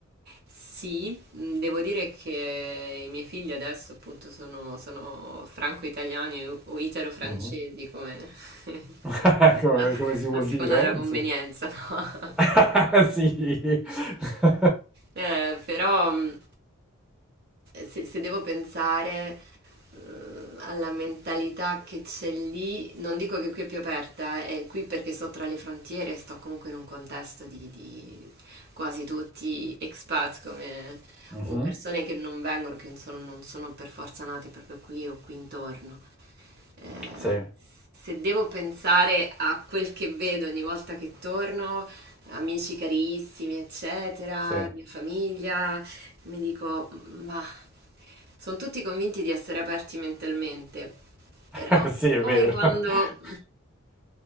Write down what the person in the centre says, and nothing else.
Mhm.
<laughs> Come,
come si vuol
dire?
Insomma.
<laughs> Sì. <laughs>
Mhm.
Sì,
sì.
<laughs> Sì, è
vero.
<laughs>